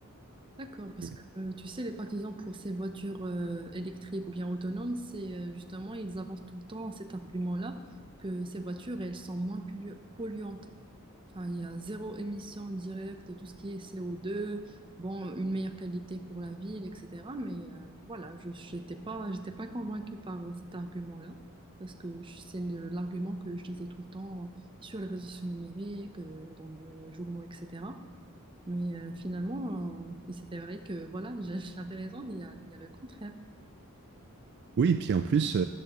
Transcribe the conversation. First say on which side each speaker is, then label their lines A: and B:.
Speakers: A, on the right; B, on the right.
A: D'accord,
B: Et-
A: parce
B: euh,
A: que euh, tu sais, les partisans pour ces voitures euh, électriques ou bien autonomes, c'est euh, justement, ils avancent tout le temps cet argument-là que ces voitures, elles sont moins pollu- polluantes. Enfin, il y a zéro émission directe, tout ce qui est CO2, bon, une meilleure qualité pour la ville, etc. Mais euh, voilà, je n'étais pas, j'étais pas convaincue par cet argument-là, parce que je- c'est le- l'argument que je lisais tout le temps sur les réseaux sociaux numériques, euh, dans le journaux, etc. Mais euh, finalement, euh, il s'est avéré que voilà, j'a- j'avais raison, il y a, il y a le contraire.
B: oui, et puis en plus, euh,